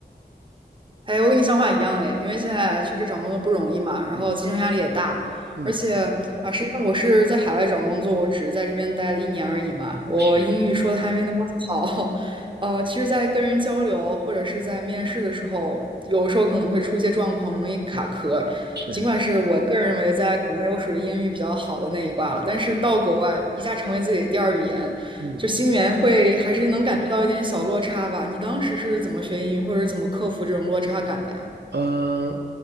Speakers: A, on the right (about 30°); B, on the right (about 70°).
A: 哎，我跟你想法一样哎，因为现在确实找工作不容易嘛，然后竞争压力也大，
B: 嗯嗯，
A: 而且啊，实际上我是在海外找工作，我只是在这边待了一年而已嘛，我英语说的还没那么好，
B: 是，
A: <laughs> 呃，其实，在跟人交流或者是在面试的时候，有时候可能会出一些状况，容易卡壳。
B: 嗯是，
A: 尽管是我个人认为在国内我属于英语比较好的那一挂了，但是到国外一下成为自己的第二语言。
B: 嗯。
A: 就心里面会还是能感觉到一点小落差吧。你当时是怎么学英语，或者是怎么克服这种落差感的呀？
B: 呃，